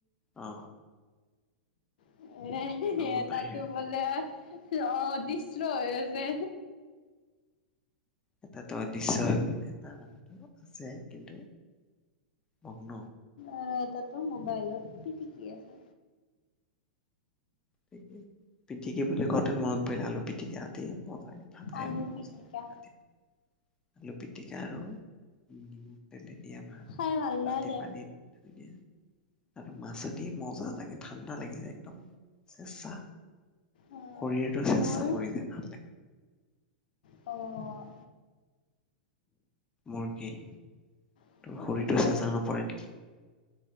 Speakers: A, on the left (about 15°); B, on the left (about 70°).
A: অ।
B: <inaudible>
A: ৰুমৰ
B: এটাতো
A: বাহিৰত
B: বোলে অ দিচ্ছলো <inaudible> যে
A: এটাতো অদৃশ্য হৈ গ'ল। এটা মানুহটো আছে কিন্তু মগ্ন।
B: অহ এটাতো মোবাইলত পিটিকি আছে।
A: তাকে পিটিকি বুলি কওঁঁতে মনত পৰিলে আলু পিটিকা আদি। <inaudible> ভাত খাই
B: আলু
A: মোৰ মজা
B: পিটিকা
A: লাগে ৰাতিপুৱা। আলু পিটিকা আৰু উম পেলে দিয়া ভাত,
B: খাই ভাল
A: ৰাতি
B: লাগে
A: পানীত থই দিয়া আৰু মাছেদি মজা লাগে ঠাণ্ডা লাগি যায় একদম। চেচা,
B: অ
A: শৰীৰটো চেচা
B: মোৰ
A: পৰি যায় খালে।
B: অহ।
A: মোৰ কি তোৰ
B: মোৰ
A: শৰীৰটো চেঁচা নপৰে নেকি?